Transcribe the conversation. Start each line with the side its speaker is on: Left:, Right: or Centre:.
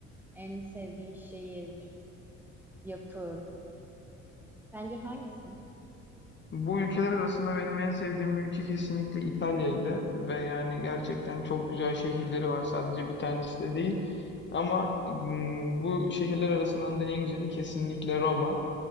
Centre: En sevdiğin şehir, yapı, sence hangisi?
Left: Bu ülkeler arasında benim en sevdiğim ülke kesinlikle İtalya'ydı ve yani gerçekten çok güzel şehirleri var. Sadece bir tanesi de değil. Ama mm, bu şehirler arasından da en güzeli kesinlikle Roma.